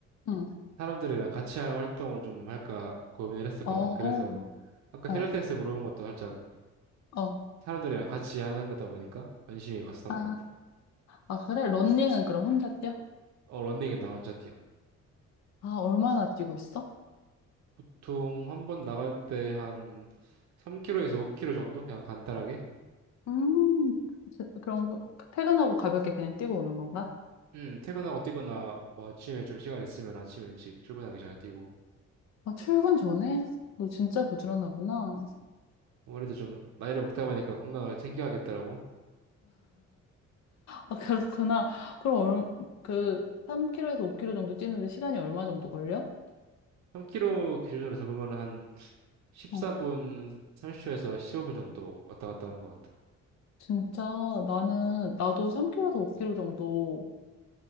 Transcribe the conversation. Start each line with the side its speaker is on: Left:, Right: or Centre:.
Left: 응.
Right: 사람들이랑 같이 하는 활동을 좀 할까 고민을 했었거든.
Left: 어,
Right: 그래서 아까
Left: 어,
Right: 필라테스 물어본 것도 살짝
Left: 어.
Right: 사람들이랑 같이 하는 거다 보니까 관심이 갔었던
Left: 아,
Right: 것 같아.
Left: 아, 그래? 런닝은 그럼 혼자 뛰어?
Right: 어, 런닝은 나 혼자 뛰어.
Left: 아, 얼마나 뛰고 있어?
Right: 보통 한 번 나갈 때 한 3km에서 5km 정도? 그냥 간단하게?
Left: 음, 지- 그럼 그- 퇴근하고 가볍게 그냥 뛰고 오는 건가?
Right: 음, 퇴근하고 뛰거나 뭐 아침에 좀 시간 있으면 아침 일찍 출근하기 전에 뛰고
Left: 아, 출근 전에? 너 진짜 부지런하구나.
Right: 아무래도 좀 나이를 먹다 보니까 건강을 챙겨야겠더라고.
Left: 아, 그렇구나. 그럼 얼, 그, 3km에서 5km 정도 뛰는데 시간이 얼마 정도 걸려?
Right: 3km 기준으로 잡으면 한 14분
Left: 어,
Right: 30초에서 15분 정도 왔다 갔다 하는 것 같아.
Left: 진짜 나는, 나도 3km에서 5km 정도